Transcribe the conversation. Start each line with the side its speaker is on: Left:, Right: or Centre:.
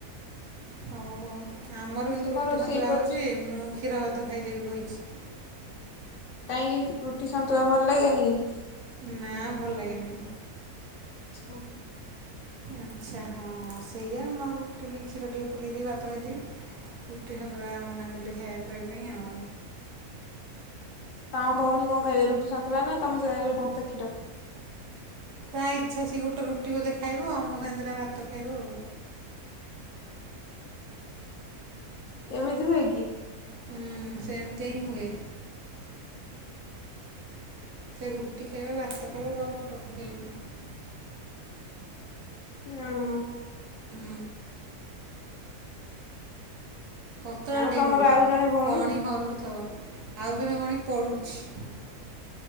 Right: ହଉ ହୋ ଆମର କିନ୍ତୁ
Left: ସେ କଣ
Right: ରୁଟି
Left: ରୋଷେଇ
Right: ସନ୍ତୁଳା
Left: କରୁଛି
Right: ହଉଛି ମୁଁ କ୍ଷୀର ଭାତ ଖାଇଦେବି କହିଛି।
Left: କାହିଁକି ରୁଟି ସନ୍ତୁଳା ଭଲ ଲାଗେନି କି?
Right: ନା ଭଲ ଲାଗେନି।
Left: <inaudible>
Right: ଆଚ୍ଛା ହଁ ସେଇଆ ମୁଁ ଆଉ ରୁଟି କ୍ଷୀର ଟିକେ ପକାଇଦେଇକି ଭାତ ଖାଇଦେବି। କୁଟି ସନ୍ତୁଳା ମନା କଲେ ଖାଇବା ପାଇବା ପାଇଁ ଆଉ।
Left: ତମ ଭଉଣୀ କଣ ଖାଇବେ ରୁଟିି ସନ୍ତୁଳା ନା ତମ ସାଙ୍ଗରେ ଭାତ କ୍ଷୀର।
Right: ତା ଇଚ୍ଛା ସିଏ ଗୋଟେ ରୁଟି ବୋଧେ ଖାଇବ ଆଉ ମୋ ସାଙ୍ଗେ ଦିଟା ଭାତ ଖାଇବ ଆଉ।
Left: ଏମିତି ହୁଏକି?
Right: ହୁଁ ସେମତି ହିଁ ହୁଏ। ସେ ରୁଟି ଖାଇବ ଭାତ ଖାଇବ କହିବ ମୁଁ ସବୁ ଖାଇବି।
Left: ନାଁ।
Right: ହୁଁ। ପତଳାଟେ
Left: ଆଉ ତମର
Right: ବହୁତ
Left: ଆଉ ଜଣେ ଭଉଣୀ
Right: କଣି ହଲୁଥବ ଆଉ ଜଣେ ଭଣି ପଢୁଛି।